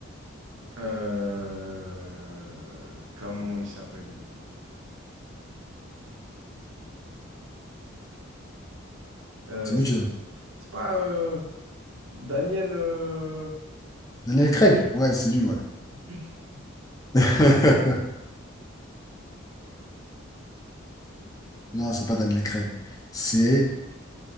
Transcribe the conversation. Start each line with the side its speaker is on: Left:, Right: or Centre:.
Right: Euh, Comment il s'appelle, lui? Euh,
Left: C'est mieux,
Right: c'est
Left: tu donnes.
Right: c'est pas euh, Daniel... euh,
Left: Daniel Craig? Ouais, c'est lui, ouais.
Right: <laughs>
Left: <laughs> Non, c'est pas Daniel Craig. C'est.